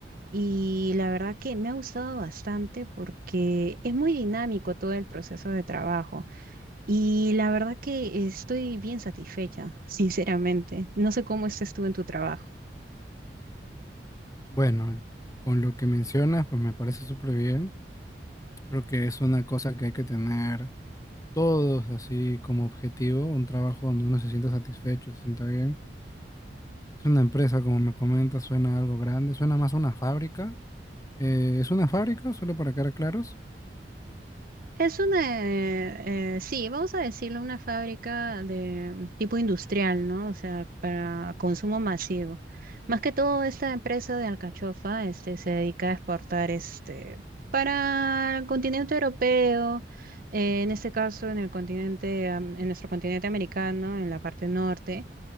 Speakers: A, on the right; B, on the left.
A: y la verdad que me ha gustado bastante porque es muy dinámico todo el proceso de trabajo. Y la verdad que estoy bien satisfecha, <laughs> sinceramente. No sé cómo estés tú en tu trabajo.
B: Bueno, con lo que mencionas, pues me parece súper bien. Creo que es una cosa que hay que tener todos así como objetivo, un trabajo donde uno se sienta satisfecho, se sienta bien. Es una empresa, como me comentas, suena algo grande, suena más a una fábrica Eh, ¿es una fábrica? Solo para quedar claros.
A: Es una, eh, eh, sí, vamos a decirlo, una fábrica de tipo industrial, ¿no? O sea, para consumo masivo. Más que todo, esta empresa de alcachofa, este, se dedica a exportar, este, para el continente europeo, eh, en este caso, en el continente, am- en nuestro continente americano, en la parte norte.